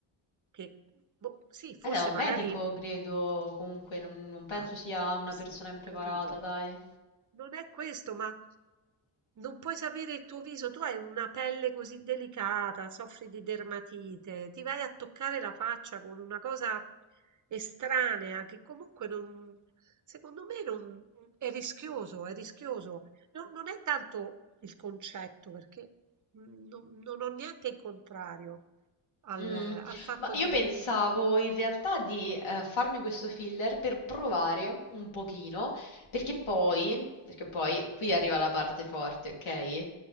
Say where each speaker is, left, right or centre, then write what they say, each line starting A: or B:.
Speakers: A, on the right (about 40°); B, on the left (about 65°).
A: che, boh, sì, forse
B: ed è un
A: magari
B: medico, credo, comunque, non, non penso
A: Ah,
B: sia una
A: sì,
B: persona impreparata,
A: capito.
B: dai.
A: Non è questo, ma non puoi sapere il tuo viso. Tu hai una pelle così delicata, soffri di dermatite, ti vai a toccare la faccia con una cosa estranea che comunque non, secondo me non, è rischioso, è rischioso. Non, non è tanto il concetto, perché mm, non, non ho niente in contrario al,
B: Mm,
A: al fatto
B: ma io
A: di...
B: pensavo in realtà di eh, farmi questo filler per provare un pochino, perché poi, perché poi qui arriva la parte forte, ok?